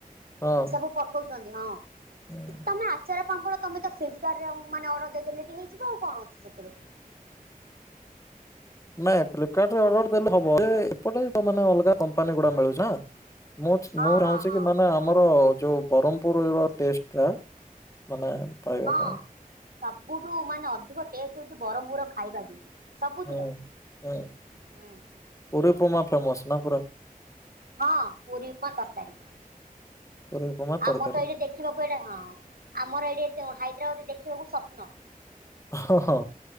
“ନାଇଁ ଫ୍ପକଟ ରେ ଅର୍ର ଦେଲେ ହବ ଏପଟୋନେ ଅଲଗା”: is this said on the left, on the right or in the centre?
Left